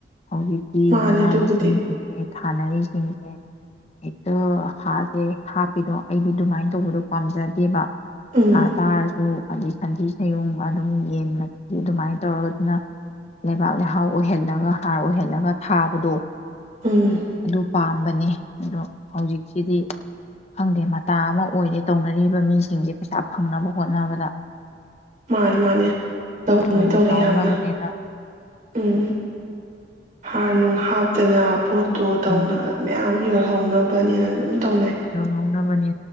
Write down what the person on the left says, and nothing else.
ꯍꯧꯖꯤꯛꯇꯤ
ꯃꯅꯥ
ꯃꯁꯤꯡꯁꯤꯡꯁꯦ ꯊꯥꯅꯔꯤꯁꯤꯡꯁꯦ ꯍ‌ꯦꯛꯇ ꯍꯥꯥꯔꯁ‌ꯦ ꯍꯥꯞ ꯄꯗꯣ ꯑꯩꯗꯤ ꯑꯗꯨꯃꯥꯏꯅ ꯇꯧꯕꯗꯣ ꯄꯥꯝꯖꯗꯦꯕ
ꯊꯥ ꯇꯥꯔꯁꯨ ꯑꯗꯩ ꯁꯟꯊꯤ ꯁꯌꯨꯡ ꯑꯗꯨꯝ ꯌꯦꯟ ꯃꯊꯤ ꯑꯗꯨꯃꯥꯏꯅ ꯇꯧꯔꯒ ꯑꯗꯨꯅ ꯂꯩꯕꯥꯛ ꯂꯩꯍꯥꯎ ꯑꯣꯏꯍꯜꯂꯒ ꯍꯥꯔ ꯑꯣꯏꯍꯜꯂꯒ ꯊꯥꯕꯗꯣ
ꯑꯗꯨ ꯄꯥꯝꯕꯅꯤ ꯑꯗꯣ ꯍꯧꯖꯤꯛꯁꯤꯗꯤ ꯈꯪꯗꯦ ꯃꯇꯥ ꯑꯃ ꯑꯣꯏꯔꯦ ꯇꯧꯅꯔꯤꯕ ꯃꯤꯁꯤꯡꯁꯦ ꯄꯩꯁꯥ ꯐꯪꯅꯕ ꯍꯣꯠꯅꯕꯗ
ꯊꯨꯅ
ꯆꯥꯎꯅꯕꯅꯦꯅ
ꯎꯝ
ꯌꯣꯟꯍꯧꯅꯕꯅꯤ